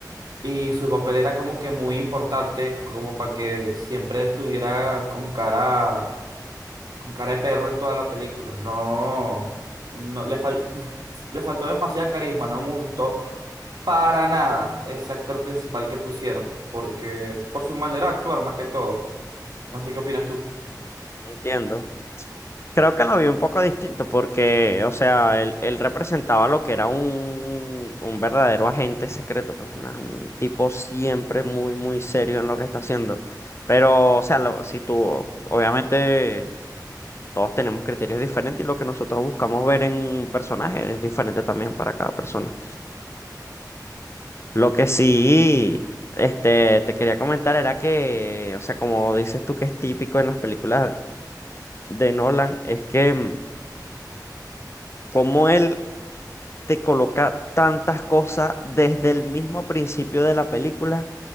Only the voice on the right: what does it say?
Y su papel era como que muy importante, como para que siempre estuviera con cara. Con cara de perro en toda la película. No, no le fal- <laughs> le faltó demasiado carisma, no me gustó para nada ese actor principal que pusieron, porque por su manera de actuar más que todo. No sé qué opinas tú.